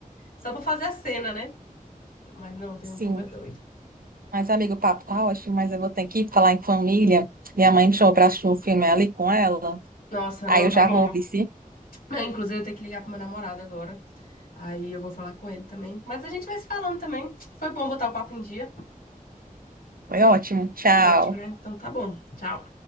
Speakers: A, on the left; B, on the right.
A: Só pra fazer a cena, né? Mas não, tem
B: Sim.
A: o povo é doido.
B: Mas, amigo, o papo tá ótimo, mas eu vou ter que ir falar em família. Minha mãe me chamou pra assistir um filme ali com ela.
A: Nossa,
B: Aí
A: não,
B: eu
A: tá
B: já
A: bom.
B: vou, vice.
A: Não, inclusive, eu tenho que ligar pro meu namorado agora. Aí eu vou falar com ele também. Mas a gente vai se falando também. Foi bom botar o papo em dia.
B: Foi ótimo. Tchau.
A: Foi ótimo, né? Então tá bom. Tchau.